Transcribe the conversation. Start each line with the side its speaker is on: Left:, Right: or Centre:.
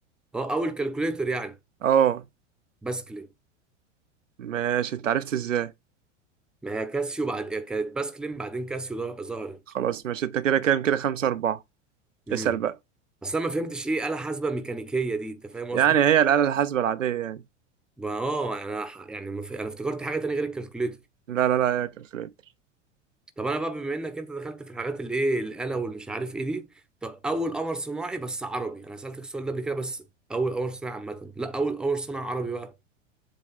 Centre: اه اول كالكوليتر يعني
Right: اه
Centre: باسكلين
Right: ماشي انت عرفت ازاي
Centre: ما هي كاسيو بعد كانت باسكلين بعدين كاسيو ده ظهرت
Right: خلاص ماشي انت كده كام كده خمسة أربعة
Centre: امم
Right: اسأل بقى
Centre: بس انا ما فهمتش ايه آلة حاسبة ميكانيكية دي انت فاهم
Right: يعني
Centre: قصدي
Right: هي الآلة الحاسبة العادية يعني
Centre: ما- اه انا ح- يعني ما ف- انا افتكرت حاجة تانية غير الكالكوليتر
Right: لا لا لا يا كالكوليتر
Centre: طب انا بقى بما انك انت دخلت في الحاجات اللي ايه الآلة والمش عارف ايه دي طب اول قمر صناعي بس عربي انا سألتك السؤال ده قبل كده بس اول قمر صناعي عامة لا اول قمر صناعي عربي بقى